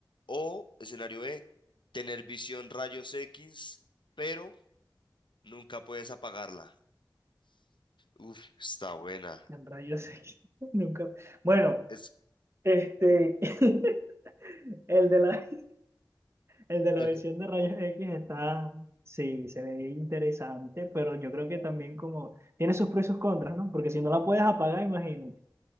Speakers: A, on the left; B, on the right.
A: O escenario B, tener visión rayos X, pero nunca puedes apagarla. Uf, está buena.
B: En rayos X. <laughs> Nunca. Bueno,
A: Es...
B: este. <laughs> El de la, el de la
A: <laughs>
B: visión de rayos X está. Sí, se ve interesante, pero yo creo que también como. Tiene sus pros y sus contras, ¿no? Porque si no la puedes apagar, imagínate.